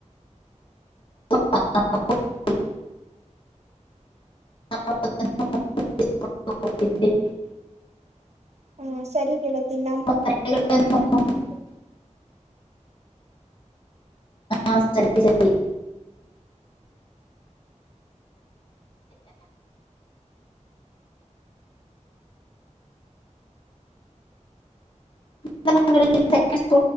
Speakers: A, on the left (about 45°); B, on the right (about 60°).
A: <unintelligible> <unintelligible>
B: ಹ್ಮ್ ಸರಿ ಗೆಳತಿ ನ
A: <unintelligible> ಹಾ ಸರಿ ಸರಿ. <unintelligible>